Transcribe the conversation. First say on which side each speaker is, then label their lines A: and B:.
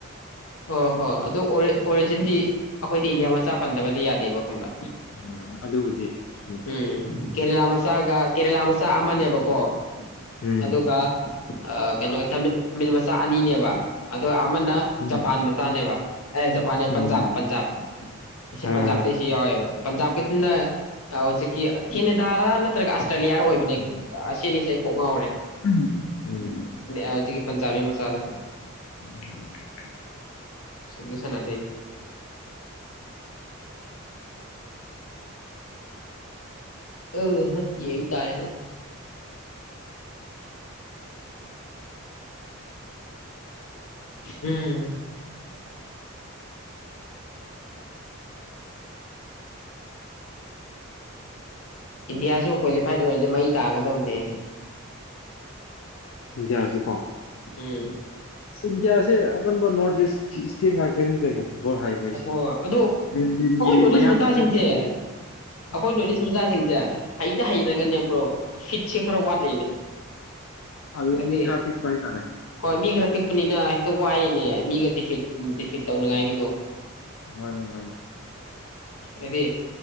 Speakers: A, on the left; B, on the left.
A: ꯑꯣ ꯍꯣ ꯑꯗꯨ ꯑꯣꯔꯤꯖꯤꯟꯗꯤ ꯑꯩꯈꯣꯏꯗꯤ ꯏꯟꯗꯤꯌꯥ ꯆꯥ ꯄꯟꯗꯕꯗꯤ ꯌꯥꯗꯦꯕ ꯋꯥꯈꯪꯗꯥ
B: ꯎꯝ, ꯑꯗꯨꯕꯨꯗꯤ ꯆꯨꯝꯃꯤ.
A: ꯎꯝ ꯀꯦꯔꯂ ꯃꯁꯥꯒ ꯀꯔ ꯃꯁ ꯆꯥꯛ ꯑꯃꯅꯦꯕꯀꯣ
B: ꯎꯝ.
A: ꯑꯗ ꯀ ꯑ ꯀꯩꯅꯣ ꯇꯃꯤꯜ ꯇꯃꯤꯜ ꯃꯆꯥ ꯑꯅꯤꯅꯦꯕ ꯑꯗ ꯑꯃꯅ ꯖꯄꯥꯟ
B: ꯎꯝ.
A: ꯃꯆꯥꯅꯦꯕ ꯑꯦ ꯖꯄꯥꯟꯅꯦ
B: ꯎꯝ,
A: ꯄꯟꯖꯥꯕ ꯄꯟꯖꯥꯕ ꯑꯁꯤ
B: ꯑꯥ.
A: ꯄꯟꯖꯥꯕꯇꯁꯨ ꯌꯥꯎꯋꯦꯕ ꯄꯟꯖꯥꯕ ꯀꯅꯁꯦ ꯀꯅꯦꯗ ꯅꯠꯇ꯭ꯔꯒ ꯆꯂꯤꯌꯥꯔ ꯑꯣꯏꯕꯅꯦ
B: ꯎꯝ.
A: ꯑꯁꯤꯅꯤꯁꯦ ꯑꯩ ꯀꯣꯛ ꯉꯥꯎꯔꯦ
B: ꯎꯝ,
A: ꯍꯧꯖꯤꯛꯀꯤ ꯄꯟꯖꯥꯕꯤ ꯃꯆꯥꯗ
B: <unintelligible>
A: ꯁꯗꯁꯅꯥꯇ ꯑ ꯍ ꯌꯦ ꯇꯥꯔꯦꯅꯦ ꯎꯝ ꯏꯟꯗꯤꯌꯥꯁꯨ ꯀ꯭ꯋꯥꯂꯤꯐꯥꯏꯠ ꯑꯣꯏꯔꯗꯤ ꯃꯩ ꯇꯥꯒꯗꯧꯅꯦ
B: ꯌꯥꯌꯥꯁꯨ ꯀꯣ
A: ꯎꯝ
B: ꯏꯟꯗꯤꯌꯥꯁꯦ ꯑꯅꯝꯕ ꯅꯣꯔꯠ ꯏꯁ ꯏꯁꯇꯦꯠ ꯉꯇꯅꯤ ꯀꯩꯅꯣ ꯐꯨꯠꯕꯣꯜ ꯍꯥꯏꯕ ꯍꯥꯏꯁꯦ.
A: ꯑꯣꯍꯣꯏ ꯑꯗꯨ
B: ꯂꯦꯟꯗꯤꯟꯒꯤ
A: ꯑꯩꯈꯣꯏ ꯅꯣꯔꯤꯁ
B: ꯃꯌꯥꯡ
A: ꯃꯆꯥꯁꯤꯡꯁꯦ
B: ꯎꯝ,
A: ꯑꯩꯈꯣꯏ ꯅꯣꯔꯤꯁ
B: ꯎꯝ.
A: ꯃꯆꯥꯁꯤꯡꯁꯦ ꯍꯩꯇ ꯍꯩꯔꯒꯅꯦꯕ꯭ꯔꯣ ꯐꯤꯠꯁꯦ ꯈꯔ ꯋꯥꯠꯂꯤꯅꯦ
B: ꯑꯗꯨ
A: ꯍꯥꯏꯗꯤ
B: ꯃꯤ ꯈꯔ ꯄꯤꯛꯄ ꯍꯥꯏꯇꯥꯔꯦ
A: ꯍꯣꯏ
B: ꯎꯝ
A: ꯃꯤ ꯈꯔ ꯄꯤꯛꯄꯅꯤꯅ ꯋꯥꯏꯅꯦ ꯃꯤꯒ ꯗꯤꯐꯤꯠ ꯗꯤꯐꯤꯠ ꯇꯧꯅꯉꯥꯏꯒꯤꯗꯣ
B: ꯃꯥꯅꯤ ꯃꯥꯅꯤ
A: ꯑꯗꯨꯗꯤ